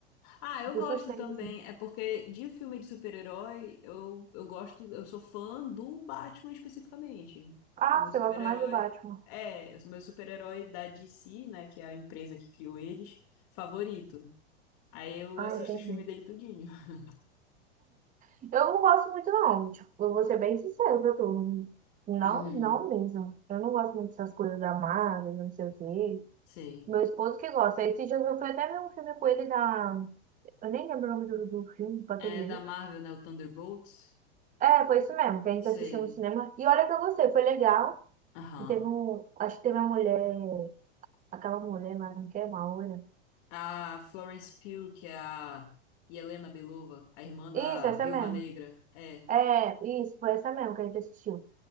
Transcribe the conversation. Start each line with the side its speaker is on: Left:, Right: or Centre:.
Left: Ah, eu
Right: de
Left: gosto
Right: suspense,
Left: também.
Right: assim.
Left: É porque de filme de super-herói, eu, eu gosto, eu sou fã do Batman especificamente.
Right: Ah,
Left: É o meu
Right: você
Left: super-herói.
Right: gosta mais do Batman.
Left: É, eu sou meu super-herói da DC, né? Que é a empresa que criou eles, favorito. Aí eu
Right: Ah,
Left: assisto
Right: entendi.
Left: os filmes dele tudinho. <laughs>
Right: Eu não gosto muito, não. Tipo, eu vou ser bem sincero pra tu. Não,
Left: Uhum,
Right: não mesmo. Eu não gosto muito dessas coisas da Marvel, não sei o quê.
Left: sei.
Right: Meu esposo que gosta. Esse dia eu fui até ver um filme com ele da... Eu nem lembro o nome do, do filme pra
Left: É
Right: tu ver.
Left: da Marvel, né? O Thunderbolts.
Right: É, foi isso mesmo, que a gente
Left: Sei.
Right: assistiu no cinema. E olha que eu gostei, foi legal.
Left: Aham.
Right: E teve um. Acho que teve uma mulher. Aquela mulher, mas não quer uma loira.
Left: A Florence Pugh, que é a Yelena Belova, a irmã da
Right: Isso, essa
Left: Viúva
Right: mesmo.
Left: Negra. É.
Right: É, isso, foi essa mesmo que a gente assistiu.